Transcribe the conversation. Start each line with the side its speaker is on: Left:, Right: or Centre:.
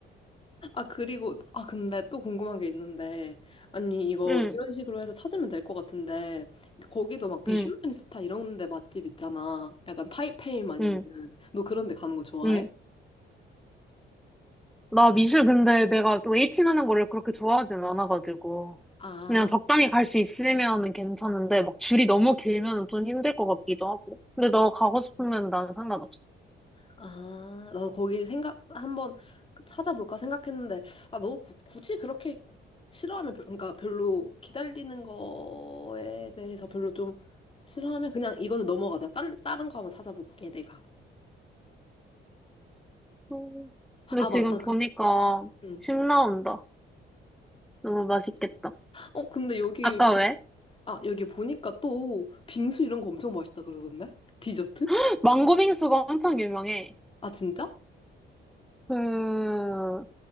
Left: 아, 그리고, 아, 근데 또 궁금한 게 있는데, 아니, 이거
Centre: 응,
Left: 이런 식으로 해서 찾으면 될 것 같은데, 거기도 막 미슐랭
Centre: 응,
Left: 스타 이런 데 맛집 있잖아. 약간 타이페이만 있는.
Centre: 응,
Left: 너 그런 데 가는 거 좋아해?
Centre: 응. 나 미술 근데 내가 웨이팅 하는 거를 그렇게 좋아하진 않아가지고.
Left: 아,
Centre: 그냥 적당히 갈 수 있으면은 괜찮은데, 막 줄이 너무 길면은 좀 힘들 것 같기도 하고. 근데 너 가고 싶으면 난 상관없어.
Left: 아, 나도 거기 생각, 한번 찾아볼까 생각했는데, 아, 너 구- 굳이 그렇게 싫어하면, 별- 그러니까 별로 기다리는 거에 대해서 별로 좀 싫어하면 그냥 이거는 넘어가자. 딴, 다른 거 한번 찾아볼게, 내가.
Centre: 음,
Left: 아,
Centre: 근데 지금
Left: 맞다. 그,
Centre: 보니까
Left: 응.
Centre: 침 나온다. 너무 맛있겠다.
Left: 어, 근데 여기
Centre: 아까 왜?
Left: 아, 여기 보니까 또 빙수 이런 거 엄청 맛있다 그러던데? 디저트?
Centre: <laughs> 망고 빙수가 엄청 유명해.
Left: 아, 진짜?
Centre: 그,